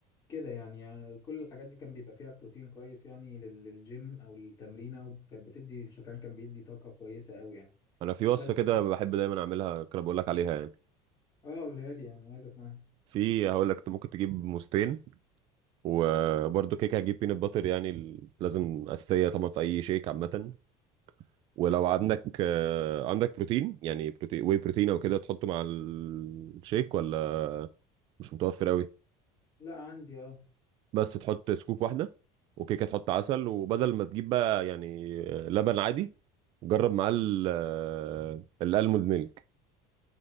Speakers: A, on the left (about 30°); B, on the right (about 45°).
A: كده يعني, يعني كل الحاجات دي كان بيبقى فيها بروتين كويس يعني لل- للجيم أو للتمرينة وكانت بتدي الشوفان كان بيدي طاقة كويسة أوي يعني
B: انا في وصفه
A: بس
B: كده بحب دايما اعملها كده بقول لك عليها يعني
A: اه قولها لي يعني عايز أسمعها
B: في هقول لك انت ممكن تجيب موزتين وبرده كيكه هتجيب بينات باتر يعني ال- لازم اساسيه طبعا في اي شيك عامه ولو عندك آه، عندك بروتين يعني بروتين واي بروتين او كده تحطه مع الشيك ولا مش متوفر قوي
A: لا عندي اه
B: بس تحط سكوب واحده وكيكه تحط عسل وبدل ما تجيب بقى يعني آه، لبن عادي جرب معاه ال- آه، الالموند ميلك